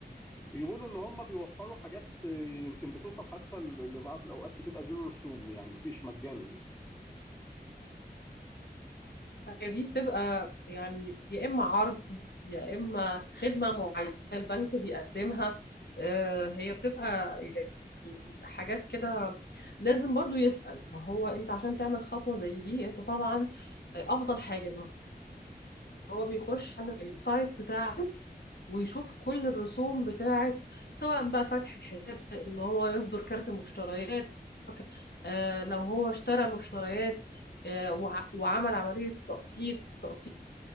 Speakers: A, on the left; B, on the left.
A: بيقولوا ان هم بيوفروا حاجات آه، يمكن بتوصل حتى ل- لبعض الاوقات بتبقى زيرو رسوم يعني مفيش مجانا يعني
B: هي دي بتبقى يعني يا إما عرض يا إما خدمة معينة البنك بيقدمها آه، هي بتبقى يعني حاجات كده لازم برضو يسأل ما هو أنت عشان تعمل خطوة زي دي أنت طبعا آه، أفضل حاجة إن هو بيخش على السايت بتاعك ويشوف كل الرسوم بتاعت سواء بقى فتح الحساب إن هو يصدر كارت مشتريات آه، لو هو اشترى مشتريات آه، وع- وعمل عملية تقسيط التقسيط